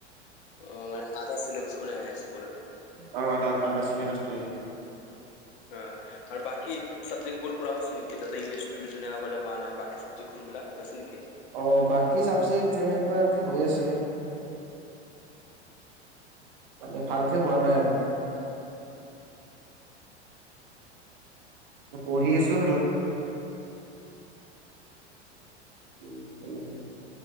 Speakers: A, on the left (about 50°); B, on the right (about 45°).
A: অ 'মানে আধা চিলবছখনে আহী আছে পুৰা।
B: অঁ' আধা আধা চিলবছটো।
A: অঁ আৰু বাকী চাবজেক্ট বোৰ পৰা হৈছে নেকি তাতে ইংলিছ তুমি যেনেকুৱ ক'লে হোৱা নাই বাকী চাবজেক্ট খোনবাক হৈছে নেকি।
B: অ' বাকী চাবজেক্ট তেনেকুৱাকে হৈ আছে। মানে ভালকে হোৱা নাই আৰু। পঢ়ি আছো আৰু। উ তেনে আৰু।